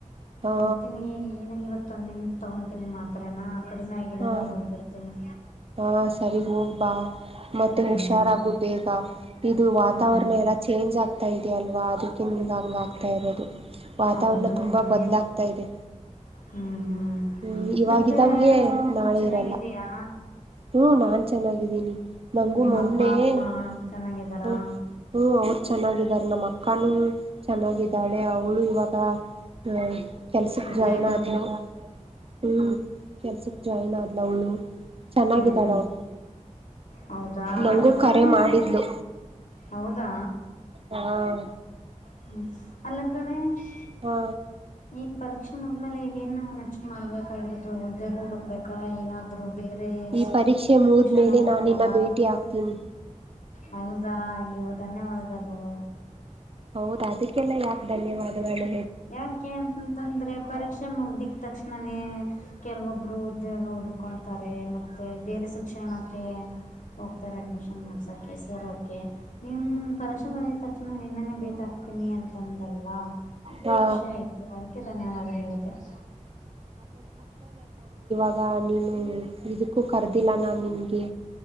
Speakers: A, on the right (about 50°); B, on the left (about 80°).
A: ಹಾ
B: ನೋಡ್ತೀನಿ ಏ ಇವತ್ತು ತಂದಿನ ತಗೊತೀನಿ ಮಾತ್ರನಾ ಕಡಿಮೆ ಆಗಿಲ್ಲ
A: ಹಾ
B: ಅಂದ್ರೆ ಹೋಗಿ ಬರ್ತೇನಿ
A: ಹಾ ಸರಿ ಹೋಗ್ಬಾ ಮತ್ತೆ
B: ಹ್ಮ್
A: ಹುಷಾರಾಗು ಬೇಗ ಇದು ವಾತಾವರಣ
B: ಹ್ಮ್
A: ಎಲ್ಲಾ ಚೇಂಜ್ ಆಗ್ತ ಇದೆ ಅಲ್ವಾ ಅದಕ್ಕೆ ನಿಮ್ಗೆ ಹಂಗ ಆಗ್ತಾ ಇರೋದು ವಾತಾವರಣ
B: ಹೌದು
A: ತುಂಬಾ
B: ಕಣೆ
A: ಬದ್ಲಾಗತಾ ಇದೆ
B: ಹ್ಮ್ ಹ್ಮ್
A: ಹ್ಮ್ ಇವಾಗಿದ್ದಂಗೆ
B: ಮತ್ತೆ ನೀ
A: ನಾಳೆ
B: ಚೆನ್ನಾಗಿದೀಯಾ
A: ಇರಲ್ಲ ಹ್ಮ ನಾನ್ ಚೆನ್ನಾಗಿದ್ದೀನಿ ನಂಗು
B: ನಿಮ್ಮ
A: ಮೊನ್ನೆ
B: ಅಪ್ಪ ಅಮ್ಮ
A: ಹ್ಮ
B: ಚೆನ್ನಾಗಿದ್ದಾರಾ
A: ಅವರು ಚೆನ್ನಾಗಿದರ ನಮ್ಮ ಅಕ್ಕಾನೂ ಚೆನ್ನಾಗಿದ್ದಾಳೆ ಅವಳು ಇವಾಗ ಅಹ್ ಕೆಲ್ಸಕ್
B: ಉದ್ಯೋಗ
A: ಜಾಯ್ನ್ ಆದನು ಹ್ಮ್ ಕೆಲ್ಸಿಕ ಜಾಯಲ್ಲ ಮದಲಳು ಅವ್ಳು ಚೆನ್ನಾಗಿದ್ದಾಳ
B: ಹ್ಮ್
A: ಅವರು
B: ಹೌದಾ
A: ನಂಗೂ
B: ಅಲ್ಲ ಕಣೆ
A: ಕರೆ ಮಾಡಿದ್ಲು
B: ಹೌದಾ
A: ಹಾ
B: ಹ್ಮ್ ಅಲ್ಲ ಗಣೇಶ್
A: ಹಾ
B: ಈ ಪರೀಕ್ಷೆ ಮುದ್ಮೇಲೆ ಏನು ನೆಕ್ಸ್ಟ್ ಮಾಡ್ಬೇಕಾಗಿರುತ್ ಜಗ ಹುಡುಕ್ಬೇಕ ಏನಾದ್ರು ಬೇರೆ
A: ಈ ಪರೀಕ್ಷೆ ಮುಗಿದ್ಮೇಲೆ
B: ಶಿಕ್ಷಣ ಓದ್ಬೇಕಾ
A: ನಾನಿನ್ನ ಭೇಟಿ ಆಗ್ತೀನಿ
B: ಹೌದಾ ಅಯ್ಯೋ ಧನ್ಯವಾದಗಳು
A: ಹೌದ ಅದಕ್ಕೆಲ್ಲಾ ಯಾಕೆ ಧನ್ಯವಾದಗಳು
B: ಯಾಕೆ ಅಂತಂತಂದ್ರೆ ಪರೀಕ್ಷೆ ಮುಗ್ದಿದ ತಕ್ಷಣನೇ ಕೆಲವೊಬ್ರು ಉದ್ಯೋಗ ಹುಡ್ಕೊಂತಾರೆ ಮತ್ತೆ ಬೇರೆಸ ಶಿಕ್ಷಣಕ್ಕೆ ಹೋಗ್ತಾರೆ ಅಡ್ಮಿಷನ್ ಮಾಡ್ಸೋಕೆ ಸರ್ ಕೆ ನಿನ್ ಪರಿಶ್ರಮರಿದ ತಕ್ಷಣ ನಿನ್ನನೆ ಬೇಟ್ ಹಾಕ್ತೀನಿ ಅಂತಂದಲ್ವಾ ಅದಕ್ಕೆ
A: ಹಾ
B: ಖುಷಿ ಆಯ್ತು ಅದಕ್ಕೆ ಧನ್ಯವಾದ <unintelligible>
A: ಆಗ ನೀನು ಇದ ಕರಿದಿಲ್ಲ ನಾನ್ ನಿಗೆ